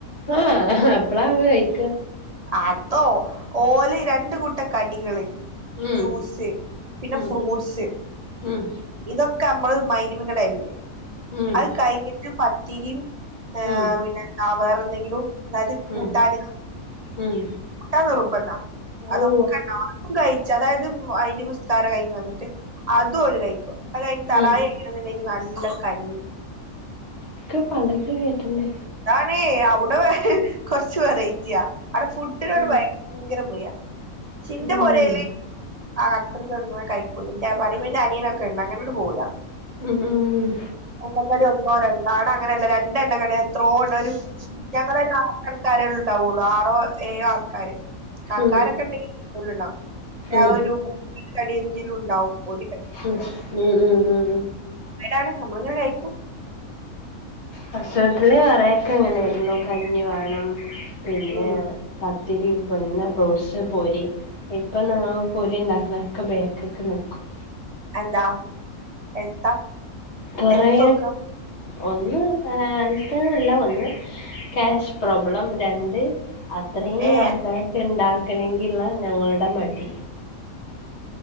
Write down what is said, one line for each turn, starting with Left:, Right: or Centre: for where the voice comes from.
Left: ആഹ് അപ്പളാ എല്ലാം കഴിക്ക
Right: അതോ ഓല് രണ്ട് കൂട്ടം കടികള്
Left: ഉം
Right: ജ്യൂസ് പിന്നെ
Left: ഉം
Right: ഫ്രൂട്ട്സ്
Left: ഉം
Right: ഇതൊക്കെ നമ്മള് മഹ്‌രിബിന്റെ ടൈമില്
Left: ഉം
Right: അത് കഴിഞ്ഞിട്ട് പത്തിരിയും ഏഹ്
Left: ഉം
Right: പിന്നെന്താ വേറെ എന്തെങ്കിലും അതായത് കൂട്ടാനും
Left: ഉം ഉം
Right: കൂട്ടാൻ നിർബന്ധാ അതൊക്കെണ്ടായ
Left: ഔ
Right: ഴ അതായത് മഹ്‌രിബ് നിസ്‌കാരം കഴിഞ്ഞ് വന്നിട്ട് അതും ഓര് കഴിക്കും അത് കഴിഞ്ഞ് തറാവി
Left: ഉം
Right: നിസ്‌കാരം കഴിഞ്ഞ് വന്നിട്ട് നല്ല കഞ്ഞി
Left: ഇക്കെ പള്ളക്ക് കേറ്റണ്ടേ
Right: അഹ് അവിടെ വെ കുറച്ച് വെറൈറ്റിയ അവിടെ ഫുഡിനോട്
Left: ഉം
Right: ഭയങ്കര പ്രിയ ൻ്റെ
Left: ഉം
Right: പെരയില് ആഹ് അത്ര ഒന്നും കഴിക്കൂല ന്റെ അനിയനൊക്കെ ഉണ്ട് അങ്ങന ങ്ങോട്ട് പോവൂല
Left: ഉം ഉം ഉം
Right: എണ്ണക്കടി ഒന്നോ രണ്ടോ അവിട അങ്ങനെല്ല രണ്ട് എണ്ണക്കടി എത്രോ ഒരു ഞങ്ങളൊരു ആറ് ആൾക്കാരെ ഉണ്ടാവുള്ളൂ ആറോ ഏഴോ ആൾക്കാര് കക്കാരൊക്കെ
Left: ഉം ഉം
Right: ഉണ്ടെങ്കും ലുണ്ടോ
Left: ഉം
Right: ഒരു മുപ്പതു കടി എങ്കിലും ഉണ്ടാവും ഒരു കടി
Left: ഉം ഉം ഉം
Right: അതാണ് നമ്മള് എങ്ങനെ കഴിക്കും
Left: ഹസ് വീട്ടിലെ കുറയൊക്കെ എങ്ങനെയായിരുന്നു കഞ്ഞി വേണം പിന്നെ
Right: ഉം
Left: പത്തിരിയും പിന്നെ ഫ്രൂട്ട്സ് പൊരി ഇപ്പ ഞാൻ പൊരിണ്ടാക്കുന്നക്കെ ബാക്കിക്ക് നിക്കും
Right: എന്താ ഹെൽത്താ
Left: കൊറേ
Right: ഹെൽത്ത് നോക്ക
Left: ഒന്ന്ത്തന്നല്ല ഒന്ന് ക്യാഷ് പ്രോബ്ലം രണ്ട് അത്രയും
Right: ഏ
Left: ആൾക്കാരൊക്കെ ഉണ്ടാക്കണമെങ്കില് ഞങ്ങളുടെ മടി